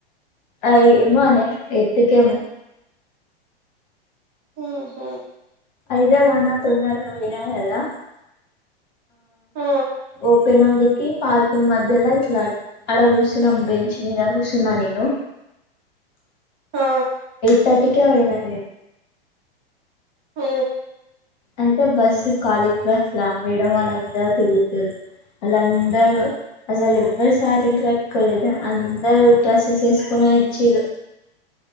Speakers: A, on the left; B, on the right.
A: అ ఏమ అనే ఎతికనే
B: హు హ
A: ఐదా ఒన్నా తిన్నారు ఏదదా
B: ఆ
A: ఓపెన్ అడికి పార్కింగ్ మధ్యలా ఇట్లా ఆడ కుర్సున్నా బెంచ్ మీద కుర్సున్నా నేను
B: ఆ
A: తటిిక ఉనేనా
B: ఆ
A: అయితే బస్ కాలేజ్ బస్ లా మేడం వాళ్ళ అందరు దిగుతారు వాళ్ళందరు అసలు ఎవ్వరు సారీలు కట్టుకోలేదుా అందరు డ్రెస్సెస్ వేసుకుని వచ్చిరు